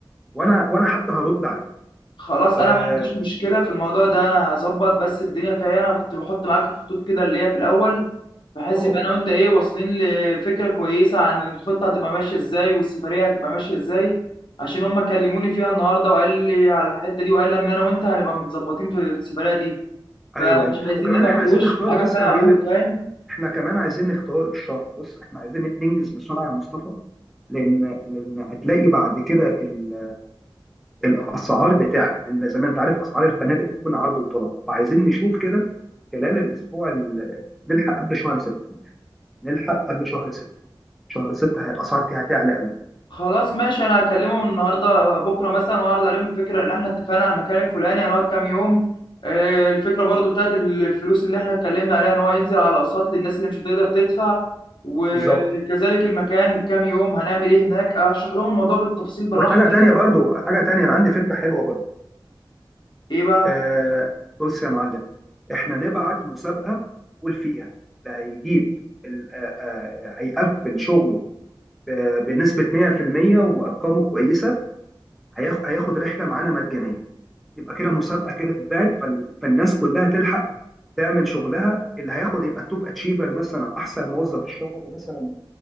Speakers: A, in the centre; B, on the left.
A: وانا وانا حتى هرد عليك
B: خلاص
A: اه
B: انا ما عنديش مشكله في الموضوع ده انا هظبط بس الدنيا فيها انا كنت بحط معاك الخطوط كده اللي هي في الاول بحيث
A: آه،
B: يبقى انا وانت ايه واصلين لفكره كويسه عن الخطه هتبقى ماشيه ازاي والسفريه هتبقى ماشيه ازاي عشان هم كلموني فيها النهارده وقال لي على الحته دي وقال لي ان انا وانت هنبقى متظبطين في السفريه دي
A: ايوه
B: فمش
A: ايوه
B: عايزين
A: وكمان
B: نبقى
A: احنا
B: في
A: عايزين
B: الوش
A: نختار
B: في حاجه
A: بص
B: فيها
A: يا
B: عيوب
A: معلم
B: فاهم
A: احنا كمان عايزين نختار الشهر بص احنا عايزين ننجز بسرعه يا مصطفى لان لان هتلاقي بعد كده ال- الاسعار بتعلى لان زي ما انت عارف اسعار الفنادق بتكون عرض وطلب فعايزين نشوف كده خلال الاسبوع ال- نلحق قبل شهر 6 نلحق قبل شهر 6 شهر 6 هي الاسعار فيها تعلى قوي
B: خلاص ماشي انا هكلمهم النهارده بكره مثلا واعرض عليهم الفكره ان احنا اتفقنا على المكان الفلاني هنقعد كام يوم آه، الفكره برضو بتاعت ال- الفلوس اللي احنا اتكلمنا عليها ان هو ينزل على اقساط للناس اللي مش هتقدر تدفع وكذلك
A: بالظبط
B: المكان كام يوم هنعمل ايه هناك اشرح لهم الموضوع بالتفاصيل بالراحه
A: وحاجه
B: كده
A: تانية برضو حاجه تانية انا عندي فكره حلوه برضو
B: ايه بقى
A: آه بص يا معلم احنا نبعت مسابقه نقول فيها اللي هيجيب ال- آه، آه، هيقفل شغله ب- بنسبه 100% وارقامه كويسه هياخد هياخد رحله معانا مجانيه يبقى كده مسابقه كده تتبعت فال... فالناس كلها تلحق تعمل شغلها اللي هياخد يبقى التوب اتشيفر مثلا او احسن موظف في الشهر مثلا